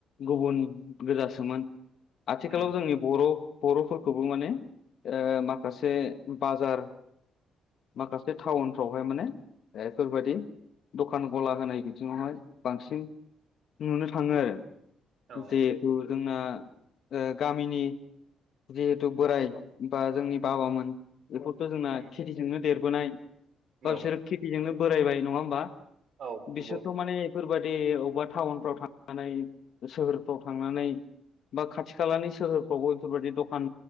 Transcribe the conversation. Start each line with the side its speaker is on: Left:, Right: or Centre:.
Left: गुबुन गोजासोमोन आथिखालाव
Right: उम
Left: जोंनि बर' बर'फोरखौबो माने ओ माखासे बाजार माखासे टाउनफ्रावहाय माने बेफोरबायाददि दखान गला होनाय बिथिङावहाय बांसिन नुनो थाङो आरो
Right: औ
Left: जिहेथु जोंना ओ गामिनि जिहेथु बोराय बा जोंनि बाबामोन बेखौथ' जोंना
Right: उम
Left: खेथिजोंनो देरबोनाय बा
Right: औ
Left: बिसोरो खेथिजोंनो बोरायबाय नङा होमबा
Right: औ नंगौ
Left: बिसोरथ'
Right: नंगौ
Left: माने एफोरबादि बबेबा टाउनफ्राव थांनानै सोहोरफ्राव थांनानै बा खाथि खालानि सोहोरफ्रावबो बेफोरबायदि दखान